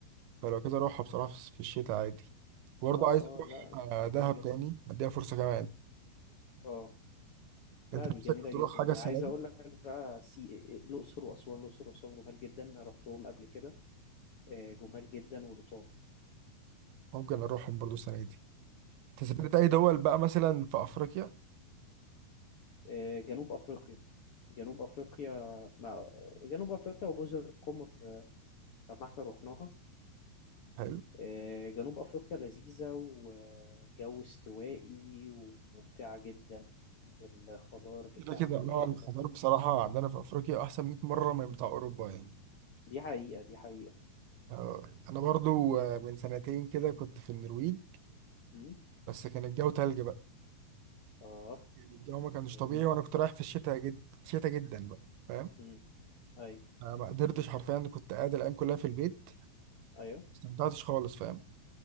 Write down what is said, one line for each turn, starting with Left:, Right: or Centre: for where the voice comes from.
Right: فلو كده اروحها بصراحة في في الشتاء عادي برضه
Left: اه
Right: عايز
Left: اه
Right: اروح
Left: لا
Right: آه،
Left: دي جميلة
Right: دهب
Left: جدا
Right: تاني اديها فرصة كمان
Left: اه
Right: انت
Left: لا دي
Right: نفسك
Left: جميلة
Right: تروح
Left: جدا
Right: حاجة
Left: يعني
Right: السنة
Left: عايز
Right: دي
Left: أقول لك بقى سي... الأقصر وأسوان الأقصر وأسوان جمال جدا أنا رحتهم قبل كده آه، جمال جدا ولطاف
Right: ممكن اروحهم برضه السنة دي انت
Left: مم.
Right: سافرت اي دول بقى مثلا في افريقيا
Left: آه، جنوب أفريقيا جنوب أفريقيا ما... جنوب أفريقيا وجزر القمر آه، طب ما احنا رحناها
Right: حلو
Left: آه، جنوب أفريقيا لذيذة وجو استوائي وممتعة جدا والخضار بتاع
Right: كده كده
Left: كل
Right: لا
Left: حتة
Right: الخضار بصراحة عندنا في افريقيا احسن 100 مرة
Left: مم.
Right: من بتاع اوروبا يعني
Left: دي حقيقة دي حقيقة
Right: آه، انا برضه آه، من سنتين كده كنت في النرويج
Left: مم.
Right: بس كان الجو تلج بقى
Left: آه
Right: يعني الجو ما كانش
Left: نرويج
Right: طبيعي وانا كنت رايح في الشتاء جد شتاء جدا بقى فاهم
Left: مم. أيوه
Right: آه، ما قدرتش حرفيا كنت قاعد الايام كلها في البيت ما
Left: أيوه
Right: استمتعتش خالص فاهم